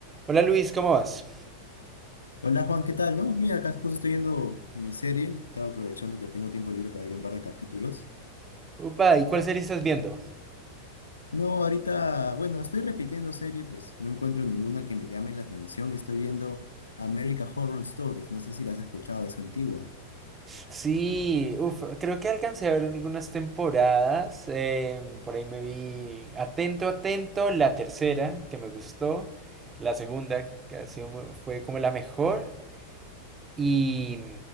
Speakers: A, on the right; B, on the left.
A: Hola Luis, ¿cómo vas?
B: Hola Juan, ¿qué tal? No, mira, acá justo estoy viendo mi serie, estaba aprovechando que tengo tiempo libre para ver un par de capítulos.
A: Upa, ¿y cuál serie estás viendo?
B: No, ahorita, bueno, estoy repitiendo serie, pues no encuentro ninguna que me llame la atención. Estoy viendo America Horror Stories, no sé si la has escuchado, es antigua.
A: Sí, uf, creo que alcancé a ver algunas temporadas. em, por ahí me vi Atento, Atento, la tercera, que me gustó. La segunda, que ha sido muy- fue como la mejor. Y,